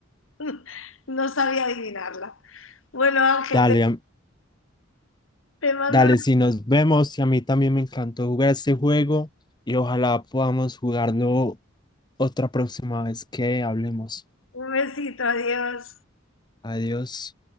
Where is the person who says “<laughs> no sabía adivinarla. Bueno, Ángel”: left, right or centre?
Left